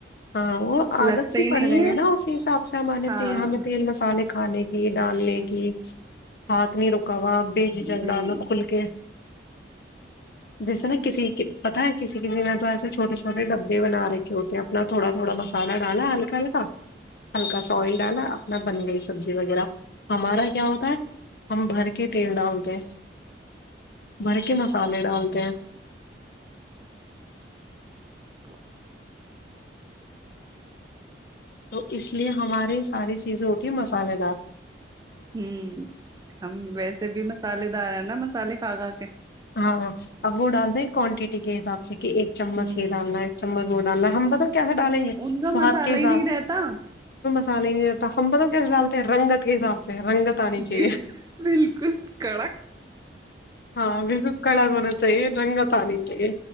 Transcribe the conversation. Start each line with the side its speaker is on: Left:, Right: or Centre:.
Left: ہاں وہ عادت
Right: لگتا
Left: سی
Right: ہی
Left: پڑ
Right: نہیں
Left: گئی ہے نا اسی حساب سے سامان
Right: ہاں
Left: ت ہم تینل مسالے کھانے کی ڈالنے کی ہاتھ نہیں رکا پوا بیج
Right: نہیں
Left: ج ڈ لو کھل کے جیسے نا کسی پتا ہے کسی کسی نے تو ایسے چھوٹے چھوٹے ڈبے بنا رکھے ہوتے ہیں اپنا تھوڑا تھوڑا مسالہ ڈالا ہلکا ہلکا ہلکا سائل ڈالا اپنا بن گئی سبزی وغیرہ ہمارا کیا ہوتا ہے ہم بھر کے تیل ڈالتے ہیں بھر کے مسالے ڈالتے ہیں
Right: تو <inaudible>
Left: تو اس لیئے ہماری ساری چیزیں ہوتی ہیں مسالحے دار
Right: ہوں ہم ویسے بھی م سال دار <unintelligible> کھا کھا کے
Left: ہاں اب وہ ڈال دیں کوانٹیٹی کے جاچ <unintelligible> کہ ایک چمچ
Right: ہوں
Left: یہ ڈالنا ایک چمچ گ ب الحمبد <unintelligible> کیا کیا دا لینگے
Right: ان کا
Left: سواد
Right: مسالہ
Left: کے حساب
Right: ہی نہیں رہتا
Left: سال ہ <unintelligible> ی ت ہم پت کس ڈالتے رنگت کے حاب سے رنگت آنی چاہیے
Right: جی بالکل کڑک
Left: ہاں و بلکل کڑک ہونا چاہیے رنگات آنی چاہئے